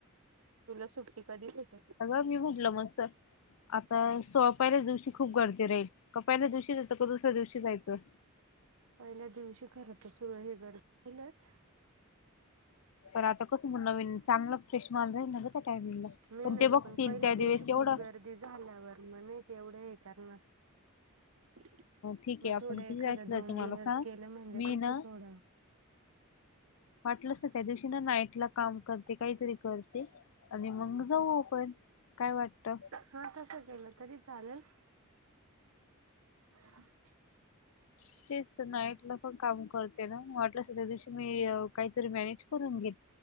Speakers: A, on the right; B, on the left.
A: तुला सुट्टी कधी भेटेल?
B: अगं मी म्हटलं मस्त, आता सोपायल्याच दिवशी खूप गर्दी, राहील का पहिल्या दिवशी दुसऱ्या दिवशी जायचं.
A: पहिल्या दिवशी खर तर सुरू, आहे हे गरईलच
B: तर आता कसं मग, नवीन चांगलं फ्रेश माल राहील, ना ग त्या टायमिंगला.
A: नाही
B: <unintelligible>
A: नाही
B: ते
A: ग
B: बघतील
A: पण पहिल्या
B: त्या
A: दिवशी
B: दिवस
A: खूप
B: एवढं,
A: गर्दी झाल्यावर मग नाही, ते एवढं हे करणार, मग
B: ठीक आहे आपण
A: थोडं
B: किती
A: एखाद
B: तारखेला जायचं
A: दोन दिवस
B: मला सांग
A: गेलं, म्हणजे
B: मी
A: कस
B: ना
A: थोडं,
B: वाटलं तर, त्या दिवशी ना नाईटला काम करते काहीतरी करते, आणि मग जाऊ आपण. काय वाटत?
A: हा तसं केलं तरी चालेल, <unintelligible>
B: <unintelligible> तेच तर नाईट ला पण काम करते ना, मग वाटलं स तर त्या दिवशी, मी काहीतरी मॅनेज करून घेल,